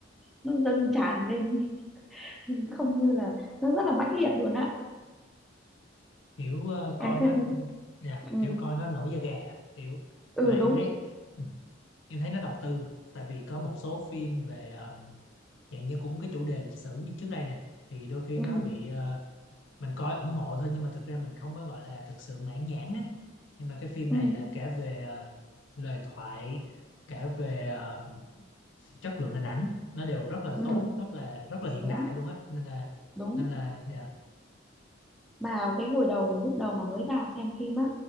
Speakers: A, in the centre; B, on the left.
A: nó dâng tràn lên <laughs> không như là nó rất là mãnh liệt luôn á.
B: kiểu ờ, coi
A: Em xem
B: nó
A: phim
B: dạ,
A: ừ,
B: kiểu coi nó nổi da gà kiểu
A: ừ
B: mà em
A: đúng.
B: thấy ừ, em thấy nó đầu tư tại vì có một số phim về ờ, dạng như cũng cái chủ đề lịch sử như trước đây nè thì đôi khi
A: Ừ
B: nó bị ờ, mình coi ủng hộ thôi nhưng mà thực ra mình không có gọi là thực sự mãn nhãn á nhưng mà cái phim
A: ừ
B: này là kể về ờ, lời thoại kể về ờ, chất lượng hình ảnh nó đều rất là
A: ừ
B: tốt rất là rất là hiện
A: đúng
B: đại luôn á nên là
A: đúng
B: nên là dạ
A: mà cái hồi đầu lúc đầu mà mới vào xem phim á